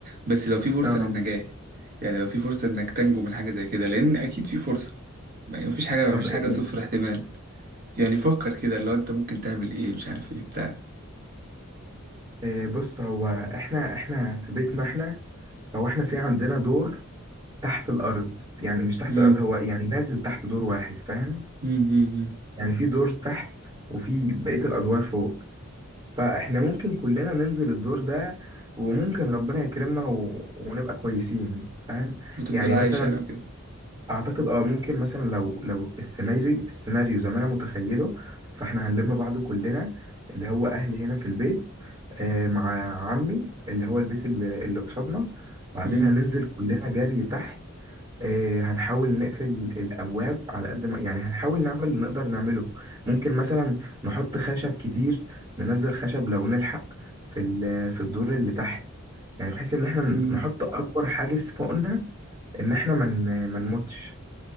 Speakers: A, on the right; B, on the right.
A: بس لو
B: <laughs>
A: في فرصة
B: اه
A: للنجاة يعني لو في فرصة انك تنجو من حاجة زي كده لان اكيد في فرصة ما- مفيش حاجة
B: طب
A: مفيش
B: إيه؟
A: حاجة صفر احتمال يعني فكر كده اللي هو انت ممكن تعمل ايه مش عارف ايه بتاع
B: إيه، بص هو احنا احنا في بيتنا احنا هو احنا في عندنا دور تحت الارض يعني مش تحت
A: امم
B: الارض هو يعني نازل تحت دور واحد فاهم
A: امم
B: يعني في دور تحت وفي بقية الأدوار فوق فإحنا ممكن كلنا ننزل الدور ده وممكن ربنا يكرمنا و... ونبقى كويسين فاهم
A: وتفضل
B: يعني
A: عايش
B: مثلا
A: يعني وكده
B: أعتقد أه ممكن مثلا لو لو السيناريو السيناريو زي ما أنا متخيله فإحنا هنلم بعض كلنا اللي هو أهلي هنا في البيت آه مع عمي اللي هو البيت اللي, اللي قصادنا بعدين
A: امم
B: هننزل كلنا جري تحت آه، هنحاول نقفل الأبواب على قد ما يعني هنحاول نعمل اللي نقدر نعمله ممكن مثلا نحط خشب كتير ننزل خشب لو نلحق في ال- في الدور اللي تحت يعني بحيث إن احنا نحط
A: امم
B: أكبر حاجز فوقنا إن احنا ما من ما نموتش